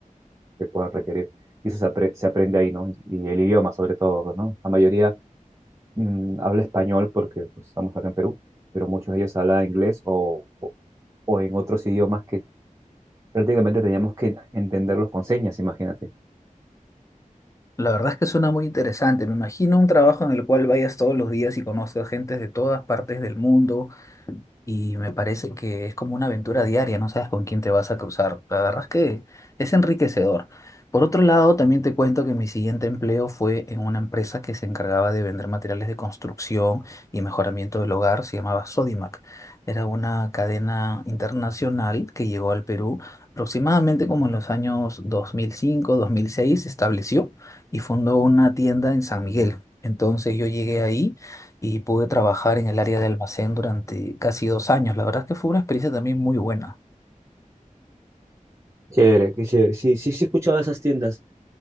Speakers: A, on the right (about 25°); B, on the left (about 20°).
A: que puedan requerir. Y eso se, apre- se aprende ahí, ¿no? Y el idioma, sobre todo, ¿no? La mayoría mm, habla español porque pues, estamos acá en Perú, pero muchos de ellos hablan inglés o, o en otros idiomas que prácticamente teníamos que entenderlos con señas, imagínate.
B: La verdad es que suena muy interesante. Me imagino un trabajo en el cual vayas todos los días y conozcas gente de todas partes del mundo Y me parece que es como una aventura diaria, no sabes con quién te vas a cruzar. La verdad es que es enriquecedor. Por otro lado, también te cuento que mi siguiente empleo fue en una empresa que se encargaba de vender materiales de construcción y mejoramiento del hogar, se llamaba Sodimac. Era una cadena internacional que llegó al Perú aproximadamente como en los años 2005, 2006, se estableció y fundó una tienda en San Miguel. Entonces yo llegué ahí y pude trabajar en el área de almacén durante casi dos años. La verdad es que fue una experiencia también muy buena.
A: Chévere, qué chévere. Sí, sí, sí, he escuchado de esas tiendas.